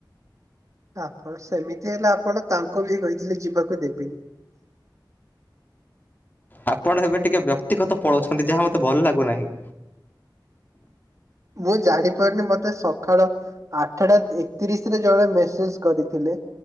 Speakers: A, on the right; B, on the left.
A: ଆପଣ ସେମିତି ହେଲେ ଆପଣ ତାଙ୍କୁ ବି କହିଥିଲେ ଯିବାକୁ ଦେବିନି।
B: ଆପଣ ଏବେ ଟିକେ ବ୍ୟକ୍ତିଗତ ପଳୋଉଛନ୍ତି ଯାହା ମତେ ଭଲ ଲାଗୁନାହିଁ।
A: ମୁଁ ଜାଣି ପାରୁନି ମତେ ସ ସଖାଳ ଆଠଟା ଏକତିରିଶରେ ଜଣେ ମେସେଜ କରିଥିଲେ।